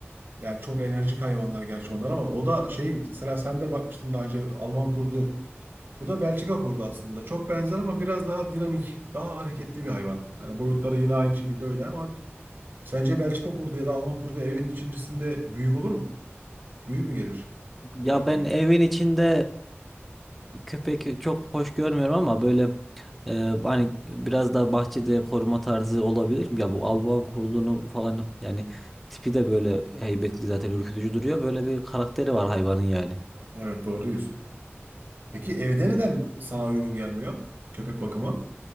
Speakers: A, on the right (about 50°); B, in the centre.
A: Yani çok enerjik hayvanlar gerçi onlar ama o da şey mesela sen de bakmıştın daha önce Alman kurdu. Bu da Belçika kurdu aslında. Çok benzer ama biraz daha dinamik, daha hareketli bir hayvan. Yani boyutları yine aynı şekilde öyle ama Sence Belçika kurdu ya da Alman kurdu evin içerisinde büyük olur mu? Büyük mü gelir?
B: Ya
A: Bakmıyor.
B: ben evin içinde e, köpek çok hoş görmüyorum ama böyle e, hani biraz daha bahçede koruma tarzı olabilir mi? Ya bu Alman kurdunu falan yani tipi de böyle heybetli zaten ürkütücü duruyor. Böyle bir karakteri var hayvanın yani.
A: Evet doğru diyorsun. Peki evde neden sana uygun gelmiyor? Köpek bakımı.